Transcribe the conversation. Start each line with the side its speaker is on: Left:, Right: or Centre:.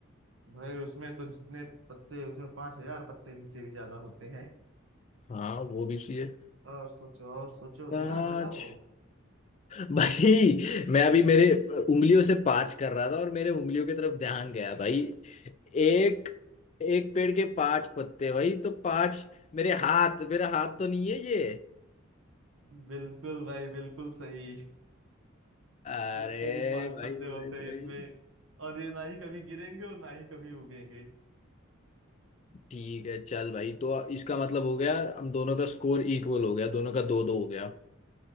Right: भाई उसमें तो जितने पत्ते उसमें पांच हजार पत्ते भी से भी ज्यादा होते हैं
Left: हाँ वो भी चाहिए
Right: और सोचो और सोचो
Left: पाँच
Right: दिमाग लगाओ
Left: भाई मैं अभी मेरे उंगलियों से पाँच कर रहा था और मेरे उंगलियों की तरफ ध्यान गया भाई एक एक पेड़ के पांच पत्ते भाई तो पांच मेरे हाथ मेरा हाथ तो नहीं है ये
Right: बिल्कुल भाई बिल्कुल सही <laughs>
Left: अरे
Right: क्योंकि पांच
Left: भाई
Right: पत्ते होते
Left: भाई
Right: हैं
Left: भाई
Right: इसमें और ये ना ही कभी गिरेंगे और ना ही कभी उगेंगे
Left: ठीक है चल भाई तो इसका मतलब हो गया हम दोनों का स्कोर इक्वल हो गया दोनों का दो दो हो गया